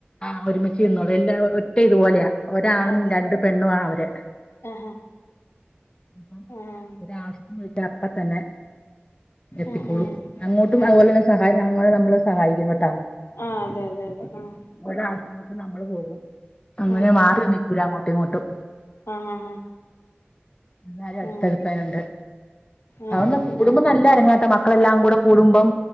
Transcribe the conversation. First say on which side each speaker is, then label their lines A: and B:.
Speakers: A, on the left (about 25°); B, on the left (about 80°).
A: ആഹ് ഒരുമിച്ച് ഇരിന്നോലിം എല്ലാ ഒറ്റ ഇതുപോലെയാ ഒരാണും
B: അതെ
A: രണ്ടു
B: അതെ
A: പെണ്ണുവാ അവര്
B: ആഹ്
A: അപ്പം
B: ആഹ് ആഹ്
A: ഒരാവശ്യത്തിന് വീട്ട അപ്പ തന്നെ എത്തിക്കോളും
B: ഉം ഉം
A: അങ്ങോട്ടും
B: അതെ
A: അതുപോലെ തന്നെ സഹായിങ്ങ നമ്മള് സഹായിക്കും കേട്ടാ
B: ആഹ് അതെ അതെ ആഹ്
A: ഒലെആവശ്യങ്ങളക് നമ്മള് പോകും അങ്ങനെ
B: ആഹ്
A: മാറി ന്നിക്കൂല അങ്ങോട്ടും ഇങ്ങോട്ടും
B: ആഹ ആഹ്
A: എന്നാലും അടുത്തടുത്തായൊണ്ട്
B: ആഹ് ആഹ്
A: അതൊണ്ട് കൂടുമ്പോ നല്ല അരങ്ങാട്ടെ മക്കളെല്ലാം കൂടെ കൂടുമ്പം